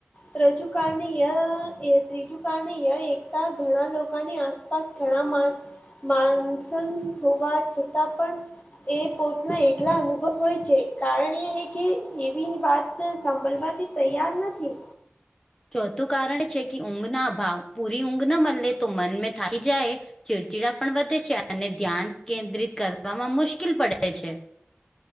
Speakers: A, on the left (about 30°); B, on the left (about 15°).
A: ત્રજુ કારણે ય એ ત્રીજું કારણેય એકતા ઘણા લોકાની આસ આસપાસ ઘણા માસણ માનસન હોવા છતાં પણ છે એ કોઈના એકલા અનુભવ હોય છે કારણ એ હે કે એવી વાત હું સાંભળવાથી તૈયાર નથી.
B: ચોથું કારણ છે કે ઊંઘના અભાવ પૂરી ઊંઘ ન મલેે તો મન મેં થાકી જાય. ચીડચીડા પણ વધે છે અને ધ્યાન કેન્દ્રિત કરવામાં મુશ્કીલ પડે છે.